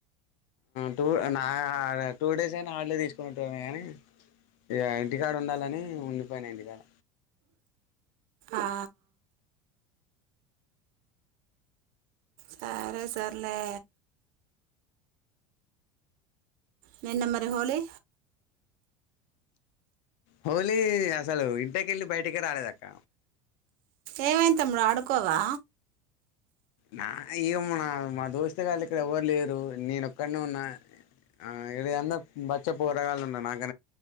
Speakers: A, on the left (about 60°); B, on the right (about 55°).
A: టూ నా టూ డేస్ అయినా హార్డలే తీసుకుని కానీ ఇ ఇంటికాడు ఉండాలని ఉండిపోయినా ఇంటికాడ
B: ఆ సరే సర్లే నేయి నెబరి హోలీ
A: హోలీ అసలు ఇంటకిళ్ళ బయటికిారు ఆలేద అక్క
B: ఏవాైైన తముడు ఆడుకోవా
A: నా ఇ నా మా దోస్తుగాళ్ ఇక్కడ ఎవ్వరు లేరు నేను ఒక్కడనే ఉన్నా ఆ ఇద అంత బచ్చపోరగాళ్లు ఉన్నా నాక